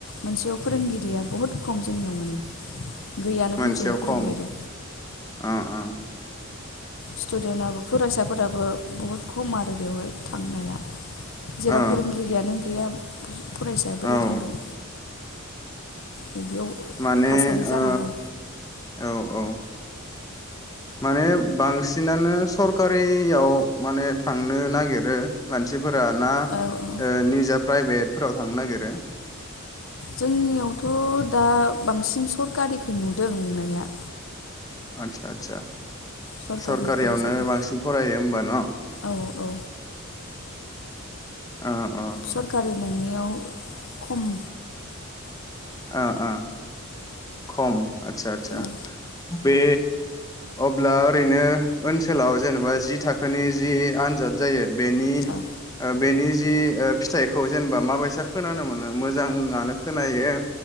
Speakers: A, on the left (about 65°); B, on the left (about 15°).
A: मोनसेयाव फोरोंगिरिया बुहुत खम जोंनियाव माने गैयानो
B: मोनसेयाव
A: बुंजायो फोरोंगिरि।
B: खम अ अ।
A: स्टुदेनाबो फरायसाफोराबो बुहुद खम आरो बेवहाय थांनाया। जेराव
B: अ
A: फोरोंगिरियानो <unintelligible> फरायसाया
B: औ
A: बोरै थांगोन बिदियाव
B: माने
A: थासारि जाना
B: ओ
A: दं
B: औ औ माने बांसिनानो सरखारियाव माने थांनो नागिरो मानसि फोरा ना
A: औ औ
B: ओ निजा प्राइभेटफोराव थांनो नागिरो
A: जोंनियावथ दा बांसिन सरकारिखौ नुदों नुनाया
B: आतसा आतसा
A: सरकारि
B: सरखारियावनो
A: फरायसालि
B: बांसिन फरायो होमबा न
A: औ औ
B: अ अ
A: सरखारि नङियाव खम
B: ओ ओ खम आतसा आतसा
A: औ
B: बे अब्ला ओरैनो ओनसोलाव जेनेबा जि थाखोनि जि आनजाद जायो बेनि
A: औ
B: ओ बेनि जि ओ फिथाइखौ जेनेबा माबैसा खोनानो मोनो मोजाङानो खोनायो